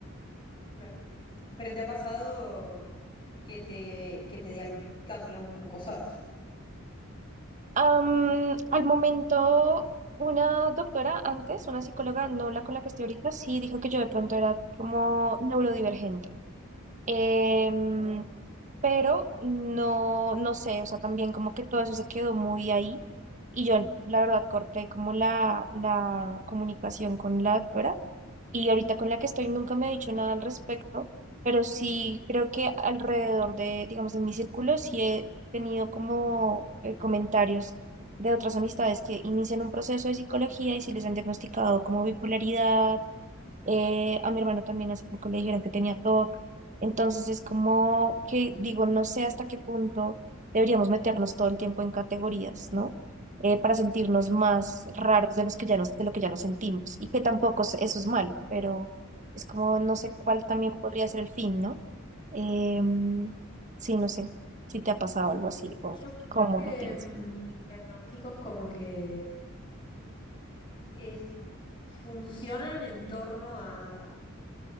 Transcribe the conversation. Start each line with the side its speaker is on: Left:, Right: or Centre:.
Left: claro. ¿Pero te ha pasado que te, que te diagnostican, digamos, con cosas?
Right: Am, al momento, una doctora antes, una psicóloga, no la con la que estoy ahorita, sí dijo que yo de pronto era como neurodivergente. Em,
Left: Oh,
Right: pero no, no sé, o sea, también como que todo eso se quedó muy ahí y yo la verdad corté como la, la comunicación con la doctora y ahorita con la que estoy nunca me ha dicho nada al respecto, pero sí creo que alrededor de, digamos, en mi círculo sí he tenido como eh, comentarios de otras amistades que inician un proceso de psicología y si les han diagnosticado como bipolaridad eh, a mi hermano también hace poco le dijeron que tenía TOC. Entonces es como que digo, no sé hasta qué punto deberíamos meternos todo el tiempo en categorías, ¿no? Eh, para sentirnos
Left: claro,
Right: más raros de los que ya nos, de lo que ya nos sentimos. Y que tampoco es- eso es malo, pero es como no sé cuál
Left: claro.
Right: también podría ser el fin, ¿no? Em, sí, no sé si te ha pasado algo así o
Left: No, Yo
Right: cómo
Left: creo que
Right: lo piensas.
Left: mm, los diagnósticos como que es- funcionan en torno a